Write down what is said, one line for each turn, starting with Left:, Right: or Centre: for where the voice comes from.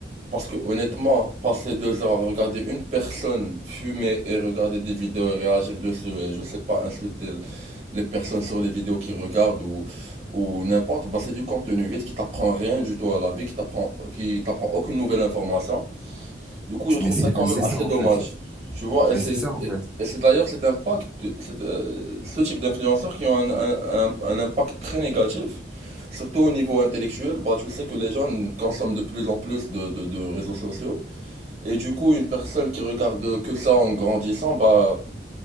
Right: parce que honnêtement, passer deux heures à regarder une personne fumer et regarder des vidéos réagir dessus et je sais pas insulter les personnes sur les vidéos qu'ils regardent ou, ou n'importe, bah c'est du contenu vide qui t'apprend rien du tout à la vie, qui t'apprend, qui t'apprend aucune nouvelle information. Du coup, je trouve
Centre: Mais c'est
Right: ça quand
Centre: mais
Right: même
Centre: c'est
Right: assez
Centre: ça en
Right: dommage.
Centre: fait.
Right: Tu vois,
Centre: Mais
Right: et c'est
Centre: c'est ça en fait.
Right: et- et c'est d'ailleurs cet impact, cet, euh, ce type d'influenceurs qui ont un, un- un- un impact très négatif, surtout au niveau intellectuel. Bah, tu sais que les jeunes consomment de plus en plus de, de- de réseaux sociaux. Et du coup, une personne qui regarde que ça en grandissant, bah,